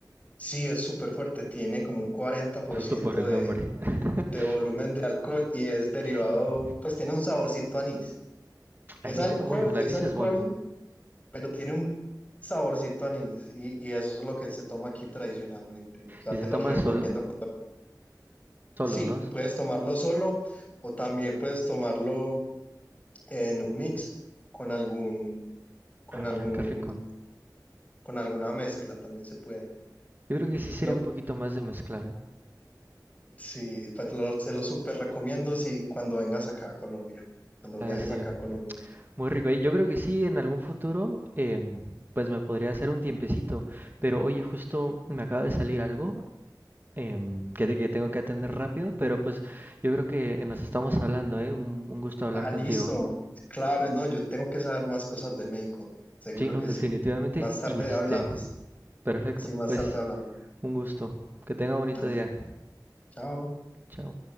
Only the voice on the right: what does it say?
<laughs> justo
por el
nombre. <laughs>
Sí.
Anís,
eh, bueno, el
anís
es bueno.
Y
se
toma
solo, solo,
¿no?
Ah, mira,
qué rico.
Yo creo que sí sería
un poquito más de mezclar, ¿eh?
Ah,
sí.
Muy rico. eh, Yo creo que sí, en algún futuro, em, pues me podría hacer un tiempecito. Pero oye, justo me acaba de salir algo em, que, te- que tengo que atender rápido, pero pues yo creo que nos estamos hablando, ¿eh? Un, un gusto hablar
contigo.
Sí, no,
definitivamente.
Y este,
perfecto.
Pues
un gusto. Que tenga bonito
día.
Chao.